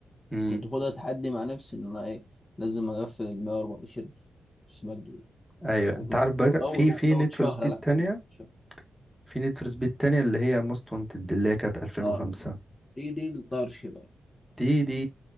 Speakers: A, in the centre; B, on the left.
A: امم
B: كنت خدها تحدي مع نفسي إن أنا إيه لازم أقفل ال 114 سباق دول
A: أيوة
B: وكنت
A: أنت عارف بقى
B: كنت أول
A: في
B: من
A: في
B: أول
A: نيد
B: شهر
A: فور سبيد
B: ألعب
A: تانية
B: فيه شهر
A: في نيد فور سبيد تانية اللي هي موست وانتد اللي هي كانت 2005
B: آه دي دي الطرش بقى
A: دي دي